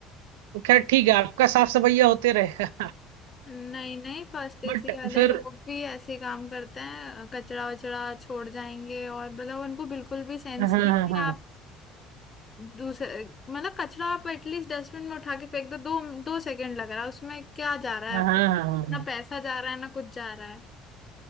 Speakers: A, on the right (about 70°); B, on the left (about 25°).
A: तो खैर ठीक है आपका साफ सफाइया होते रहेगा
B: नहीं नहीं फर्स्ट
A: <laughs> बट
B: एसी वाले
A: फिर
B: लोग भी ऐसे ही काम करते हैं कचरा वचड़ा छोड़ जाएंगे और मतलब उनको बिल्कुल भी सेंस
A: हाँ हाँ
B: नहीं
A: हाँ
B: है
A: हाँ
B: आप दूसरे मतलब कचरा आप एटलीस्ट डस्टबिन में उठा के फेंक दो दो दो सेकंड लग रहा है उसमें क्या जा रहा
A: हाँ
B: है
A: हाँ हाँ, हाँ, हाँ,
B: ना पैसा जा रहा है ना कुछ जा रहा है